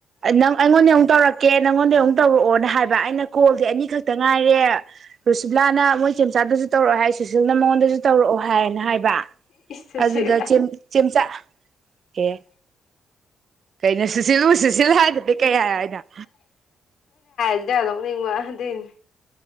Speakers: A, on the right (about 50°); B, on the left (about 60°).
A: ꯅꯪ ꯑꯩꯉꯣꯟꯗ ꯑꯃꯨꯛ ꯇꯧꯔꯛꯀꯦ ꯅꯉꯣꯟꯗ ꯑꯃꯨꯛ ꯇꯧꯔꯛꯑꯣꯅꯦ ꯍꯥꯏꯕ ꯑꯩꯅ ꯀꯣꯜꯗꯤ ꯑꯅꯤ ꯈꯛꯇ ꯉꯥꯏꯔꯦ ꯔꯨꯁꯤꯕꯂꯥꯅ ꯃꯣꯏ ꯆꯆꯥꯗꯁꯨ ꯇꯧꯔꯛꯑꯣꯦ ꯍꯥꯏ ꯁꯨꯁꯤꯜꯅ ꯃꯉꯣꯟꯗ ꯇꯧꯔꯛꯑꯣ ꯍꯥꯏꯌꯦꯅ ꯍꯥꯏꯕ
B: ꯁꯨꯁꯤꯜ
A: ꯑꯗꯨꯗ ꯆꯦꯝꯆꯥꯛ ꯑꯦ ꯀꯩꯅꯣ ꯁꯨꯁꯤꯜꯕꯨ ꯁꯨꯁꯤꯜ ꯍꯥꯏꯗꯗꯤ ꯀꯩ ꯍꯥꯏꯣ ꯍꯥꯏꯅ
B: ꯑꯗꯨꯗꯤꯗꯧ ꯅꯤꯡꯕ ꯑꯗꯨꯅꯤ